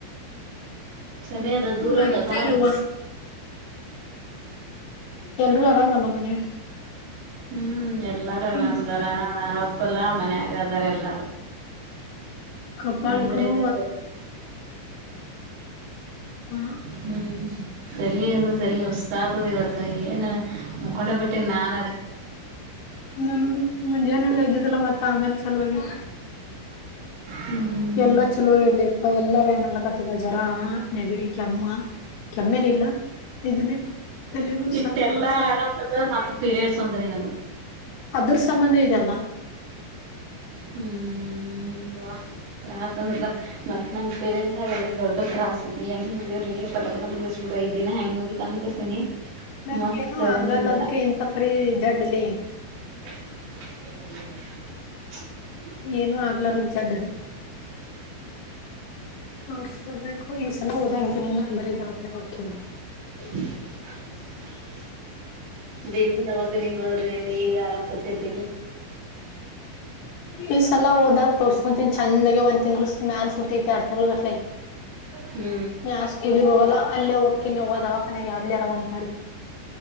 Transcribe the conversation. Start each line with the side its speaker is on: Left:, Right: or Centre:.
Right: ಸನಿ ಅದ ದೂರದ
Left: ಮತ್ತೇನವ್ವ
Right: ಬಾಳ. <inaudible>
Left: ಎಲ್ರುೂ ಆರಾಮಲ್ಲ ಮನೆಗ
Right: ಹ್ಮ್ ಎಲ್ಲಾರ ಆರಾಮದಾರ
Left: ಇಲ್
Right: ಹಬ್ ತಪ್ಪಲ್ಲ ಮನ್ಯಾಗದರೆ ಎಲ್ಲರು
Left: ಕಪಾಳಕನು
Right: ನಂಗ್ರೆ <unintelligible>
Left: ಹ
Right: ಹ್ಮ್ ತಲ್ಲಿ ಅಂದ್ರೆ ತಲ್ಲಿ ನುಯಸ ಆತದೆ ಇವತ್ತು ಏನ ಮಕೊಂಡ ಬಿಟ್ಟ ನಾನರ
Left: ನನಗ ಮುಂಜಾನೆ ಹಡ ಇದ್ದದಲ್ಲ ಮತ್ತ ಆಮ್ಯಲೆ ಚಲೋ ಆಗತಿ
Right: ಹ್ಮ್
Left: ಎಲ್ಲಾ ಚಲೋ ಹೋಗಿರ್ಲಿಪ್ಪಾ ಎಲ್ಲ ವ್ಯಾನಲಕತ್ತ ಅ ಜ್ವರ ನೆಗಡಿ ಕೆಮ್ಮ ಕೆಮ್ಮೆನಲ್ಲ ಇದನ್ನೇ ತೆಲಿನು
Right: ಇಟ್ಟೆಲ್ಲಾ
Left: ಸರ್ ತಗೊನ್ಸರ್
Right: ಆರಾಮದ ಮತ್ ಪೀರಿಯಡ್ಸ್ ಒಂದ್ರ ನಿನಗ
Left: ಅದ್ರ ಸಂಬಂಧ ಇದೆಯಲ್ಲ
Right: ಹ್ಮ್ ತ್ರಾಸ ಅಂತ ಮ ನಂಗಗೆ ಪಿರಿಯಡ್ ಆಗ ದೊಡ್ಡತ್ರಾಸ ಹೆಂಗ ದೇವ್ರ ಪಟಪಟ್ ಮುಗಿಸಿ ಬಿಡ್ ಐದ ದಿನ ಹೆಂಗ ಮುಗಿತಾವ ಅಂತಿರ್ತೀನಿ
Left: ನಂಗ
Right: ಮತ್ತ
Left: ಏನು ಆಗಲ್ಲ
Right: ನಿಮ್ದ
Left: ಅದಕ್ಕೆ ಇಂತ ಪರಿ ಜಡ್ಲಿ
Right: ಗಜತ ನೀ ಲಗತ <unintelligible>
Left: ಏನು ಆಗ್ಲಾರದ ಜಡ್ಡದ ತೋರ್ಸ್ಕೊಬೆಕು ಈ ಸಲ ಹೋದಾಗ ದಿನ ಬರಿ ದವಾಖಾನೆ ಗೆ ಹೊಕ್ಕಿನಿ ನಾ
Right: <inaudible> ದಿನ ದವಾಖಾನೆ ಗೆ ಹೋದ್ರೆ ಏನ್ ಈಗ ಆರಾಮ್ ಸತೇತಿಲ್ಲ
Left: ಈ ಸಲ ಹೋದಾಗ ತೋರ್ಸ್ಕೊತೀನಿ ಚಂದಾಗೆ ಒಂದ್ ತಿಂಗಳ ಮ್ಯಾಲ ಸುಟಿ ಐತಿ ಎರಡು ತಿಂಗಳು ಗಟ್ಲ
Right: ಹ್ಞೂ
Left: ಯಾರ್ ಸ್ಕೂಲಗ್ ಹೋಗಲ್ಲ ಅಲೇ ಹೋಗ ಹೊಕ್ಕಿನವ್ವ್ ದವಾಖಾನೆಗೆ ಅಲ್ಲಿರ ಅಂತಲ್ಲಿ